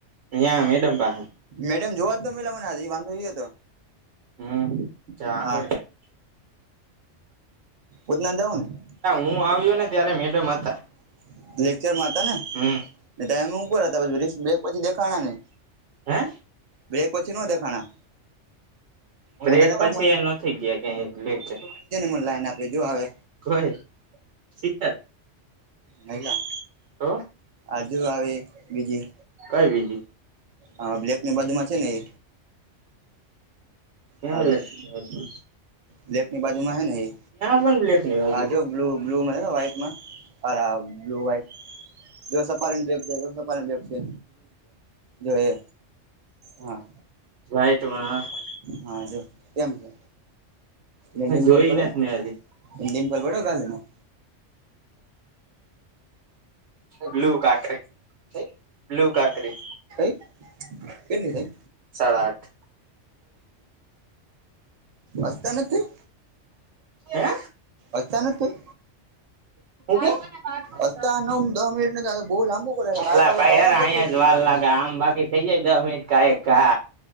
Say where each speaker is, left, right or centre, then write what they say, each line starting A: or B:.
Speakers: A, on the right; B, on the right.
A: અહીંયા મેડમ પાહે.
B: મેડમ જોવા જ દો પેલા મને હજી વાંધો ઈ હતો.
A: હમ. આગળ
B: હા. ઉધના જઉું ને. <unintelligible>
A: હું આવ્યો ને ત્યારે મેડમ હતા
B: લેક્ચરમાં હતા
A: હમ
B: ને તેમ ઉપર હતા પછ બ્રેક પછી દેખાણા નઈ.
A: હે
B: બ્રેક પછી ન દેખાણા.
A: બ્રેક
B: હું તને
A: પછી
B: કઉ મને
A: એ નથી ગયા ક્યાય લેક્ચર.
B: હુ લઈને આપીદયુ હવે.
A: કોઈ શીતલ
B: હાઈલા
A: તો
B: આજુ આવે બીજી.
A: કઈ બીજી
B: હા બ્લેક ની બાધુમાં છે ને એ.
A: ક્યા
B: હાલો
A: લે હજુ.
B: બ્લેક ની બાજુમાં હે ને એ
A: પણ બ્લેક ની બાજુ
B: આ જો બ્લુ બ્લુ માં હેને વ્હાઈટમાં. અરા બ્લુ વાઇટ. જો સફારીની બેગ છે જો સફારીની બેગ છે જો એ. હા.
A: વ્હાઈટમાં
B: હા જો કેમ છે એ ડિમ્પલ
A: જોઈ
B: પડ્યો.
A: નથી મેં હજી
B: ડિમ્પલ પડ્યો ગાલમાં.
A: બ્લુ કાકરી બ્લુ કાકરી
B: <inaudible> કેટલી થઈ.
A: સાડા આઠ
B: અચાનક થઈ
A: હે
B: અચાનક થઈ.
A: હુથ્યુ.
B: હસતા નવ દહ મિનિટ નથી આ તો બહુ લાંબુ કરે કાલ
A: અલા
B: તો આપડે
A: ભાઈ યાર
B: કામ
A: અહીંયા
B: પતી
A: જ વાર લાગે આમ બાકી થઇ જાય દહ મિનટ. કઈ ક <unintelligible>